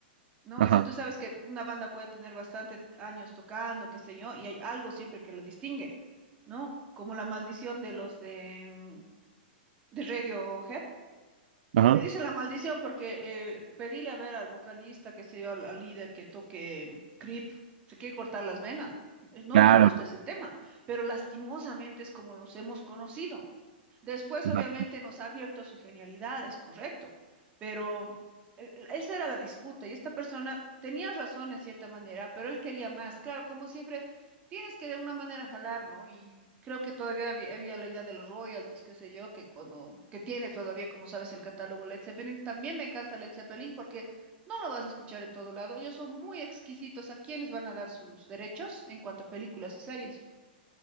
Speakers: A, on the right; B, on the right.
A: No,
B: Ajá,
A: o sea, tú sabes que una banda puede tener bastante años tocando, qué sé yo, y hay algo siempre que la distingue, ¿no? Como la maldición de los de, mm, de Radiohead.
B: ajá.
A: Le dicen la maldición porque eh, pedirle a ver al vocalista, qué sé yo, al, al líder que toque mm, Creep, se quiere cortar las venas. Eh, No
B: Claro,
A: le Sí. gusta ese tema, pero lastimosamente es como los hemos conocido. Después,
B: Vale,
A: obviamente, nos ha abierto a su genialidad, es correcto, pero el- el- esa era la disputa y esta persona tenía razón en cierta manera, pero él quería más. Claro, como siempre, tienes que de alguna manera jalar, ¿no? Y creo que todavía había, había la idea de los royalties, qué sé yo, que cuando, que tiene todavía, como sabes, el catálogo Led Zeppelin. También me encanta Led Zeppelin porque no lo vas a escuchar en todo lado. Ellos son muy exquisitos a quienes van a dar sus derechos en cuanto a películas y series.